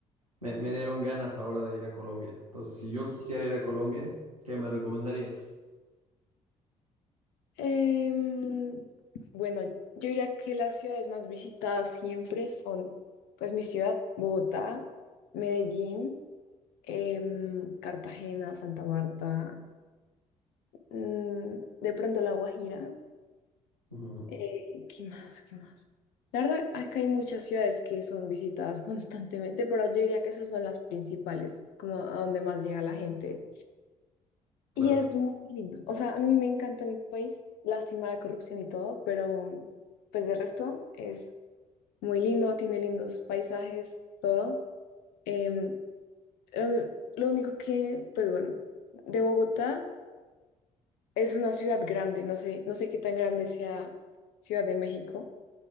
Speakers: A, on the right (about 90°); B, on the left (about 60°).
A: Me, me dieron ganas ahora de ir a Colombia. Entonces, si yo quisiera ir a Colombia, ¿qué me recomendarías?
B: Em, bueno, yo diría que las ciudades más visitadas siempre son, pues mi ciudad, Bogotá, Medellín, em, Cartagena, Santa Marta, mm, de pronto La Guajira.
A: Ujú,
B: Eh, ¿qué más? ¿Qué más? La verdad, acá hay muchas ciudades que son visitadas <laughs> constantemente, pero yo diría que esas son las principales, como a donde más llega la gente.
A: claro.
B: Y es muy lindo. O sea, a mí me encanta mi país, lástima la corrupción y todo, pero pues de resto es muy lindo, tiene lindos paisajes, todo. Em, lo, lo único que, pues bueno, de Bogotá es una ciudad grande, no sé, no sé qué tan grande sea Ciudad de México,